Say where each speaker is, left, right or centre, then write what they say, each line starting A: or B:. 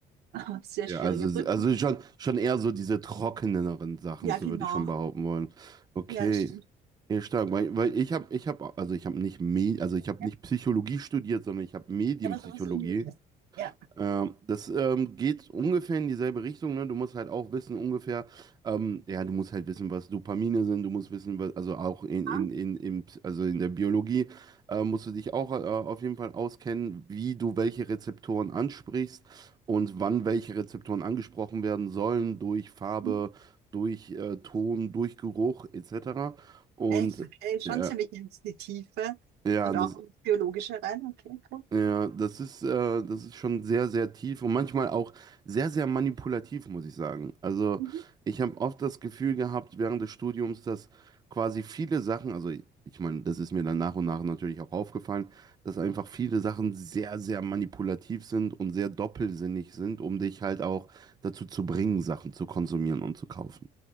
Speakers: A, on the right (about 75°); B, on the right (about 25°).
A: <laughs> Sehr
B: Ja,
A: schwierige
B: also,
A: Prüfung.
B: also schon, schon eher so diese trockeneren Sachen,
A: Ja,
B: so
A: genau.
B: würde ich schon behaupten wollen. Okay.
A: Ja, das stimmt.
B: Ja, stark, weil, weil ich habe, ich habe, also ich habe nicht, Me also ich habe
A: Ja,
B: nicht Psychologie studiert, sondern ich habe Medienpsychologie.
A: ja, aber was ähnliches. Ja.
B: Ähm, das ähm, geht ungefähr in dieselbe Richtung, ne? Du musst halt auch wissen, ungefähr, ähm, ja, du musst halt wissen, was Dopamine sind, du musst wissen, was, also auch in,
A: Ja.
B: in, in, in, also in der Biologie äh, musst du dich auch äh, auf jeden Fall auskennen, wie du welche Rezeptoren ansprichst und wann welche Rezeptoren angesprochen werden sollen, durch Farbe,
A: Mhm.
B: durch äh, Ton, durch Geruch, etc. Und
A: Echt, okay, schon
B: ja,
A: ziemlich in die Tiefe
B: ja,
A: und
B: das.
A: auch ins Biologische rein. Okay, cool.
B: Ja, das ist, äh, das ist schon sehr, sehr tief und manchmal auch sehr, sehr manipulativ, muss ich sagen. Also
A: Mhm.
B: ich habe oft das Gefühl gehabt während des Studiums, dass quasi viele Sachen, also ich meine, das ist mir dann nach und nach natürlich auch aufgefallen, dass einfach viele Sachen sehr, sehr manipulativ sind und sehr doppelsinnig sind, um dich halt auch dazu zu bringen, Sachen zu konsumieren und zu kaufen.